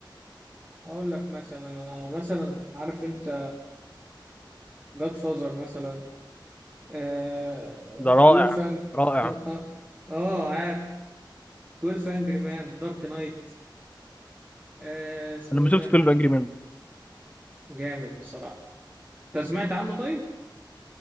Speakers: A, on the right; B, on the left.
A: اقول لك مثلا انا مثلا عارف انت جاد فازر مثلا آه
B: ده رائع
A: 12 فانج
B: رائع
A: اه اه آه، عارف 12 انجري مان دارك نايت آه اسمه
B: انا
A: ايه
B: ما
A: ده
B: شفتش 12 انجري مان
A: جامد بصراحة انت سمعت عنه طيب